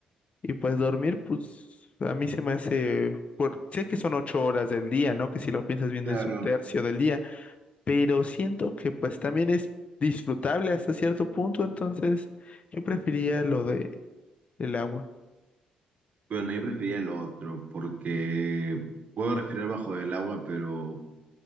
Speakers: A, on the left (about 40°); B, on the right (about 50°).
A: Y pues dormir, pues a mí se me hace, por, sé que son ocho horas del día, ¿no? Que si lo piensas bien
B: Claro.
A: es un tercio del día, pero siento que pues también es disfrutable hasta cierto punto, entonces yo prefería lo de el agua.
B: Bueno, yo prefería lo otro porque puedo respirar bajo el agua, pero